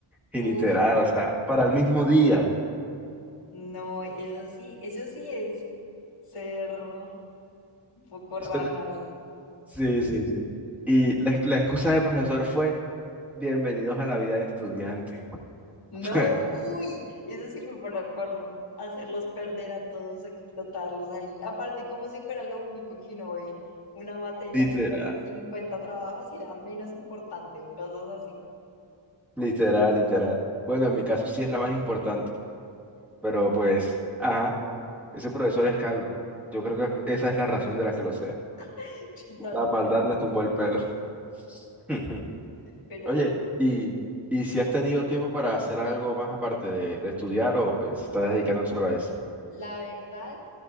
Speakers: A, in the centre; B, on the left.
A: Y
B: Uy,
A: literal, o sea,
B: no.
A: para el mismo día.
B: No, eso sí, eso sí es ser un poco raja
A: Eso no- <laughs>
B: ahí.
A: sí, sí, sí. Y la, ex- la excusa del profesor fue, bienvenidos a la vida de estudiante.
B: No,
A: <laughs>
B: uy, eso sí fue para, por hacerlos perder a todos, explotarlos ahí. Aparte, como si fuera lo único que uno ve, una materia
A: Literal,
B: que ponen 50 trabajos y la menos importante o cosas así.
A: literal, literal. Bueno, en mi caso sí es la más importante, pero pues...
B: Pues
A: Ajá. Ese profesor
B: sí,
A: es calvo. Yo creo que esa es la razón de la que lo sea.
B: <laughs> yo también
A: La maldad
B: creo,
A: le tumbó el pelo. <laughs>
B: pero
A: Oye,
B: bueno,
A: ¿y, y si has tenido tiempo para hacer algo más aparte de, de estudiar o pues estás dedicando solo a eso?
B: la verdad,